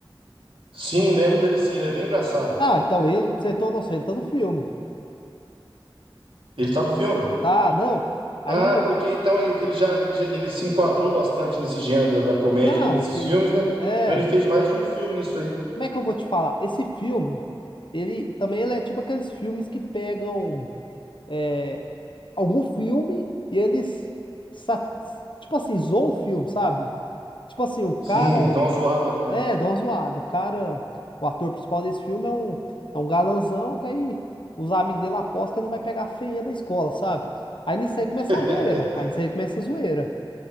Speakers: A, on the right (about 80°); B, on the left (about 65°).
A: Sim, lembro dele sim, ele é bem engraçado.
B: Não, então ele, pra você ter uma noção, ele tá no filme.
A: Ele tá no filme?
B: Tá, não. Aí
A: Ah,
B: o.
A: é porque então aí que ele já, ele já- ele se enquadrou bastante nesse gênero da, da comédia
B: Não,
A: ali nesses
B: aquele.
A: filmes, né?
B: É.
A: Então ele fez mais de um filme nisso aí.
B: Como é que eu vou te falar? Esse filme, ele também ele é tipo aqueles filmes que pegam. é, algum filme e eles, sa- tipo assim, zoam o filme, sabe? Tipo assim, o cara.
A: Sim, dá uma
B: o-
A: zoada ali, né?
B: é, dá uma zoada. O cara, o ator principal desse filme é um, é um galanzão que aí os amigos dele apostam que ele não vai pegar a feinha da escola, sabe? Aí nisso aí começa
A: <laughs>
B: a zoeira. Aí nisso aí começa a zoeira.